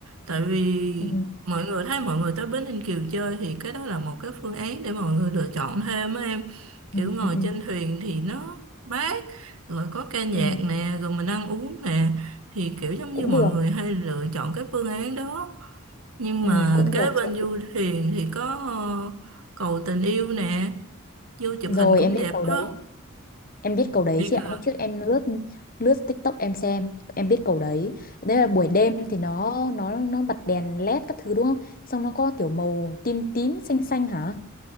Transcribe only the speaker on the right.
tại vì
mọi người thấy mọi người tới Bến Ninh Kiều chơi thì cái đó là một cái phương án để mọi người lựa chọn thêm á em kiểu
ngồi
trên thuyền thì nó mát rồi có ca nhạc
nè rồi mình ăn uống nè thì kiểu giống như
mọi
người hay lựa chọn cái phương án đó nhưng
mà
kế
bên
du thuyền thì có ờ, cầu tình yêu nè vô chụp
hình cũng
đẹp
á
biết
hả